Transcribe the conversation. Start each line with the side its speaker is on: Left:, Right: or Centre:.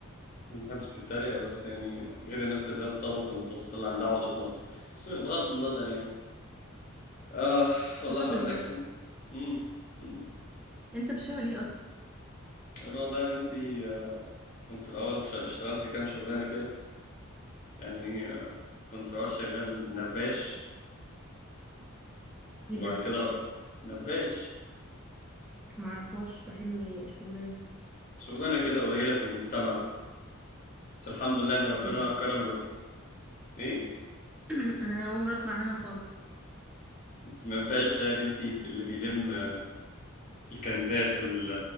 Left: ومحدش بيتريق بس يعني غير الناس اللي هي الطبقة المتوسطة اللي عندها عقدة نقص بس بغض النظر يعني آه والله
Centre: بغض
Left: حوار
Centre: النظر
Left: الأكسنت أمم أمم.
Centre: أنت بتشتغل إيه أصلا؟
Left: أنا والله يا بنتي آه، كنت في الأول ش- اشتغلت كام شغلانة كده يعني آه، كنت في الأول شغال نباش
Centre: إيه
Left: وبعد
Centre: ده؟
Left: كده رب نباش
Centre: معرفهاش فاهمني الشغلانة
Left: شغلانة كده قليلة في المجتمع بس الحمد لله إن ربنا
Centre: إز
Left: كرم الو... إيه
Centre: <clears throat> أنا أول مرة أسمع عنها خالص
Left: نباش ده يا بنتي اللي بيلم الكنزات وال...